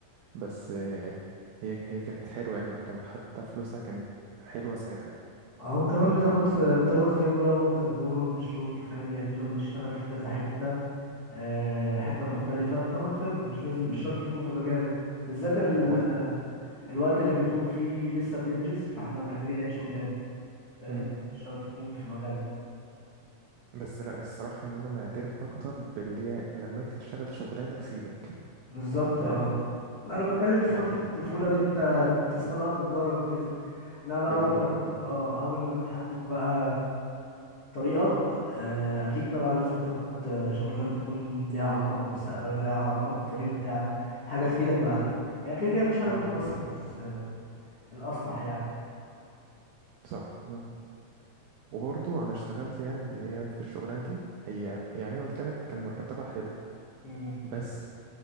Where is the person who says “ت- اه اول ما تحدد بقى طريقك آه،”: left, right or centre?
Left